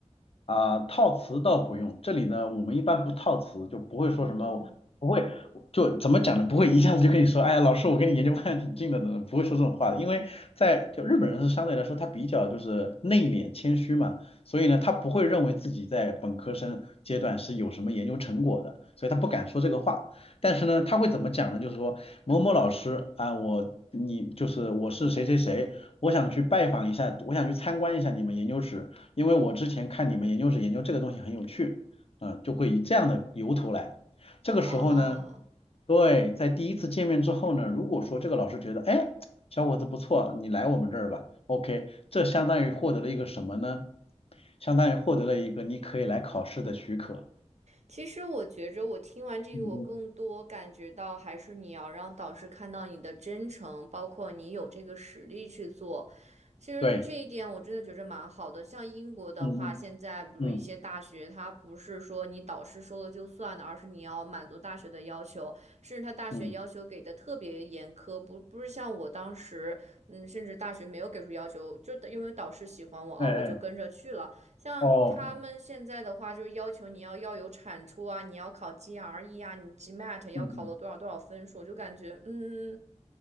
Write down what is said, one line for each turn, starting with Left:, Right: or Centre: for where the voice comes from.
Left: 啊、套词倒不用，这里呢，我们一般不套词，就不会说什么，
Right: 嗯，
Left: 不会，就怎么讲呢？不会一下子就跟你说，哎呀，老师，我跟你研究方向挺近的，怎么不会说这种话的？因为在就日本人是相对来说他比较就是内敛谦虚嘛，所以呢，他不会认为自己在本科生阶段是有什么研究成果的，所以他不敢说这个话。但是呢，他会怎么讲呢？就是说某某老师啊，我你就是我是谁谁谁，我想去拜访一下，我想去参观一下你们研究室。因为我之前看你们研究室研究这个东西很有趣，嗯，就会以这样的由头来。这个时候呢，
Right: 哦。
Left: 对，在第一次见面之后呢，如果说这个老师觉得，哎，小伙子不错，你来我们这儿吧，OK，这相当于获得了一个什么呢？相当于获得了一个你可以来考试的许可。
Right: 其实我觉着，我听完这个，
Left: 嗯嗯，
Right: 我更多感觉到还是你要让导师看到你的真诚，包括你有这个实力去做。其实这一点我真的觉着蛮好的。
Left: 对，
Right: 像英国的话，
Left: 嗯嗯
Right: 现在比如说一些大学，
Left: 嗯
Right: 它不是说你导师说了就算的，而是你要满足大学的要求，甚至他大学要求给的特别严苛，
Left: 嗯，
Right: 不不是像我当时，嗯，甚至大学没有给出要求，就因为导师喜欢我啊，
Left: 哎哎
Right: 我就跟着去了。像他们现在的话，
Left: 哦，
Right: 就是要求你要要有产出啊，你要考 GRE 啊，你 GMAT 要考了多少多少分数，
Left: 嗯嗯，
Right: 就感觉嗯，